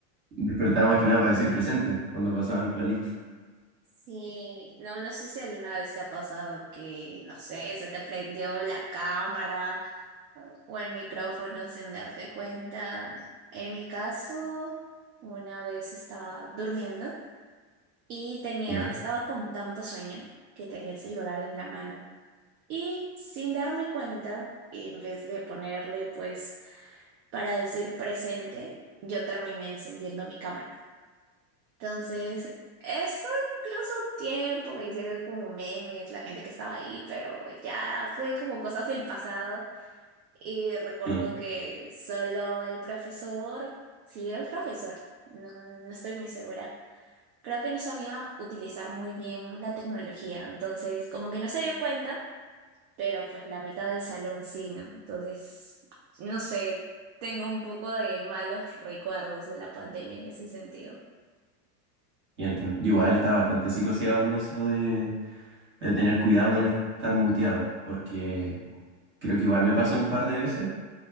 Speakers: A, on the right; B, on the right.
A: despertaba más que nada para decir presente cuando pasaban la lista.
B: Sí, no, no sé si alguna vez te ha pasado que, no sé, se te prendió la cámara o el micrófono sin darte cuenta. En mi caso, una vez estaba durmiendo y tenía,
A: Ya,
B: estaba con tanto sueño que tenía el celular en la mano. Y sin darme cuenta, en vez de ponerle pues para decir presente, yo terminé encendiendo mi cámara. Entonces, eso incluso un tiempo me hicieron como memes la gente que estaba ahí, pero ya fue como cosas del pasado. Y recuerdo
A: sí,
B: que solo el profesor, si era un profesor, no, no estoy muy segura. Creo que no sabía utilizar muy bien la tecnología, entonces como que no se dio cuenta pero pues la mitad del salón sí, ¿no? Entonces, no sé, tengo un poco de malos recuerdos de la pandemia en ese sentido.
A: y entiendo. Yo igual estaba bastante psicoseado con eso de de tener cuidado con estar muteado, porque creo que igual me pasó un par de veces